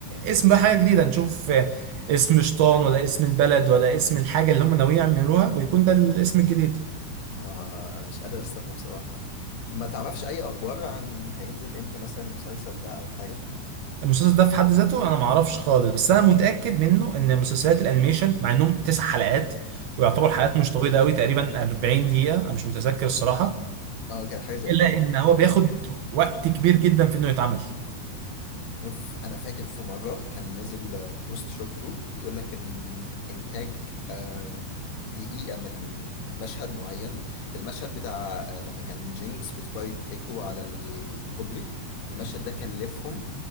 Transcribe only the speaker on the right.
اسم بقى حاجة جديدة نشوف اسم شطان ولا اسم البلد ولا اسم الحاجة اللي هم ناويين يعملوها ويكون ده الاسم الجديد
المسلسل ده في حد ذاته انا ما اعرفش خالص بس انا متاكد منه ان مسلسلات الانيميشن مع انهم تسع حلقات ويعتبر
حلقات مش طويله قوي تقريبا 40 دقيقه انا مش متذكر الصراحه
الا
ان هو بياخد وقت كبير جدا في انه يتعمل